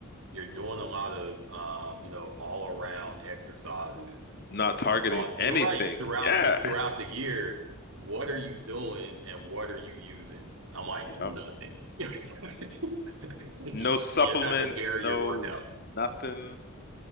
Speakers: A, on the right (about 65°); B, on the left (about 45°).
A: you're doing a lot of um, you know, all around exercises.
B: Not targeting
A: Uh, you're
B: anything.
A: right. Throughout
B: Yeah.
A: the throughout the year, what are you doing and what are you using? I'm like,
B: Yep.
A: nothing. <laughs>
B: No supplements,
A: You just have to vary
B: no
A: your workout.
B: nothing.